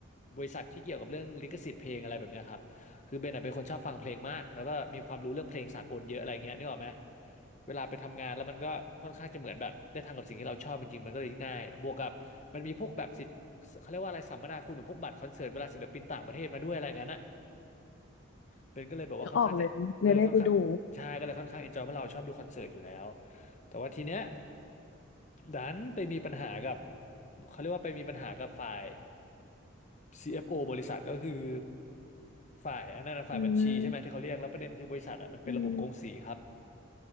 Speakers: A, on the left; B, on the left.
A: บริษัทที่เกี่ยวกับเรื่องลิขสิทธิ์เพลงอะไรแบบเนี้ยครับคือเบนอะเป็นคนชอบฟังเพลงมากแล้วก็มีความรู้เรื่องเพลงสากลเยอะอะไรเงี้ยนึกออกไหมเวลาไปทำงานแล้วมันก็ค่อนข้างจะเหมือนแบบได้ทำกับสิ่งที่เราชอบจริงๆมันก็เลยง่ายบวกกับมันมีพวกแบบสิทธิ์เขาเรียกว่าอะไรสัมมนาคุณเหมือนพวกบัตรคอนเสิร์ตเวลาศิลปินต่างประเทศมาด้วยอะไรอย่างนั้นอะ เบนก็เลยแบบว่าค่อนข้างจะเออค่อนข้างใช่ก็เลยค่อนข้างเอนจอยเพราะเราชอบดูคอนเสิร์ตอยู่แล้ว
B: นึกออกเลยเลยได้ไปดู
A: แต่ว่าทีเนี้ยดันไปมีปัญหากับเขาเรียกว่าไปมีปัญหากับฝ่าย CFO บริษัทก็คือฝ่ายอันนั้นนะฝ่ายบัญชีใช่ไหมที่เขาเรียกแล้วประเด็นคือบริษัทอ่ะมันเป็นระบบกงสีครับ
B: อืมอืม